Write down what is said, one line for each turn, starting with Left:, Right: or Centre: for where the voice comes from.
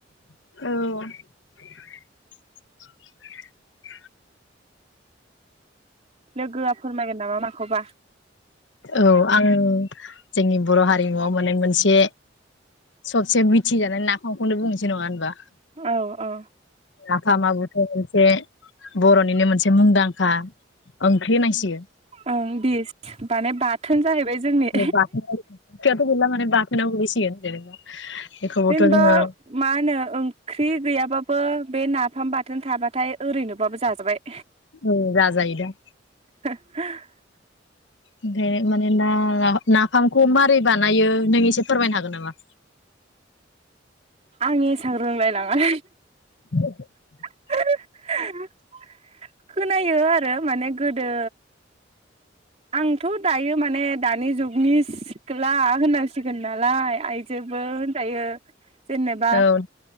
Left: औ
Right: लोगोआ फोरमायगोन नामा मा खबा
Left: औ आं जोंनि बर' हारिमुआव माने मोनसे सबसे मिथिजानाय नाफामखौनो बुंनोसै नङा होनबा।
Right: औ औ
Left: नाफामाबोथ' मोनसे एसे बर'निनो मोनसे मुंदांखा ओंख्रि होननांसिगोन।
Right: ओं देस माने बाथोन जाहैबाय जोंनि
Left: बाथोनाव <unintelligible> बेखौबोथ'
Right: जेनेबा
Left: जोङो
Right: मा होनो ओंख्रि गैयाबा बो बे नाफाम बाथोन थाबाथाय ओरैनोबाबो जाजाबाय।
Left: औ जाजायोदा।
Right: <inaudible>
Left: ओमफ्राय माने ना नाफामखौ मारै बानायो नों एसे फोरमायनो हागोन नामा?
Right: आं एसां रोंलायलाङा।
Left: <inaudible>
Right: <inaudible> खोनायो आरो माने गोदो आंथ' दायो माने दानि जुगनि सिख्ला होननांसिगोन ना लाय आइजोबो होनजायो। जेनेबा
Left: औ